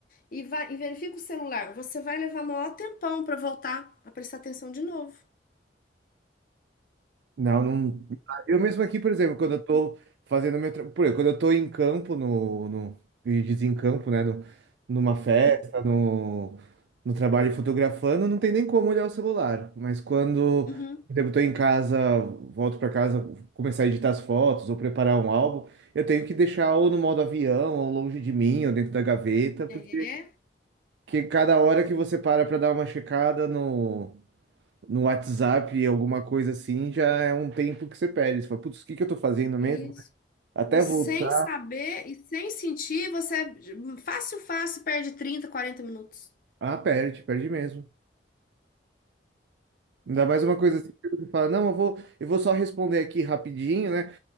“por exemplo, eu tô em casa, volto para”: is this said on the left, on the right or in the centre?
Right